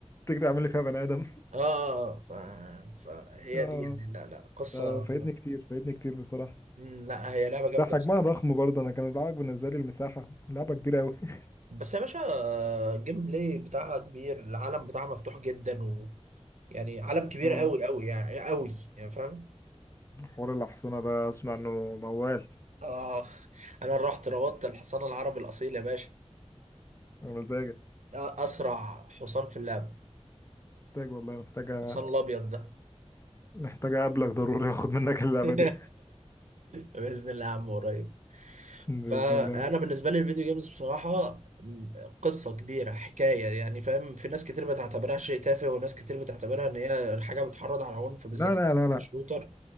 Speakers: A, on the left (about 25°); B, on the right (about 80°).
A: تيجي تعمل لي فيها بني ادم
B: اه آه، آه، ف... فهي
A: <laughs> اه
B: دي يعني لا لا قصة
A: ده فايتني كتير فايتني كتير بصراحة
B: مم، لا هي لعبة جامدة
A: ده حجمها
B: بصراحة
A: ضخم برضه انا كان العائق بالنسبة لي المساحة لعبة كبيرة قوي <laughs>
B: بس يا باشا آه، الجيم بلاي بتاعها كبير العالم بتاعها مفتوح جدا و... يعني عالم كبير
A: اه
B: قوي قوي يعني قوي يعني فاهم
A: حوار الأحصنة ده اسمع انه موال
B: اخ انا رحت روضت الحصان العربي الاصيل يا باشا
A: مزاجك
B: اسرع حصان في اللعبه
A: محتاج والله محتاجة
B: الحصان الابيض ده
A: محتاجة أقابلك ضروري آخد منك اللعبة
B: <laughs>
A: دي
B: باذن الله يا عم قريب
A: <laughs>
B: فانا
A: بإذن الله
B: بالنسبه لي الفيديو جيمز بصراحه م- قصه كبيره حكايه يعني فاهم في ناس كتير بتعتبرها شيء تافه وناس كتير بتعتبرها ان هي حاجه بتحرض على عنف بالذات
A: لا لا لا لا
B: الشوتر